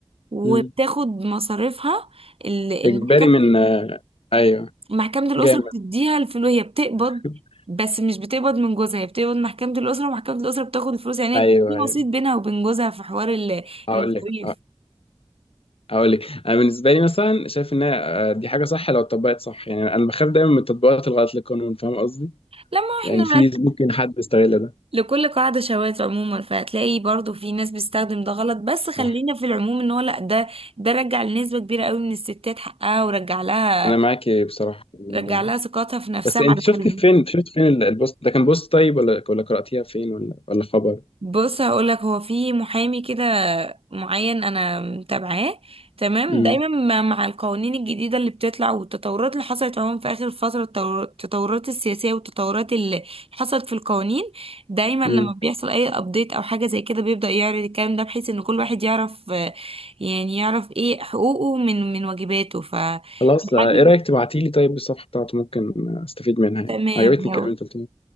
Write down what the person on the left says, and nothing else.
أمم.
اجباري من آه، ايوه
جامد
<laughs>
ايوه
ايوه
هقول
لك هاقول لِك، أنا بالنسبة لي مثلًا شايف إن هي آآ، دي حاجة صح لو اتطبّقت صح، يعني أنا باخاف دايمًا من التطبيقات الغلط للقانون، فاهمة قصدي؟
يعني
في ممكن حد يستغل
ده،
صح،
أنا معاكِ بصراحة في الموضوع
ده،
بس أنتِ
شُفتِ
فين شُفتِ فين ال الpost ده كان post طيب والّا والّا قرأتيها فين والّا والّا خبر؟
إمم،
إمم،
خلاص آه،
إيه رأيِك تبعتي لي طيب الصفحة بتاعته ممكن آه، أستفيد منها يعني،
عجبتني الكلام
اللي أنتِ قُلتيه،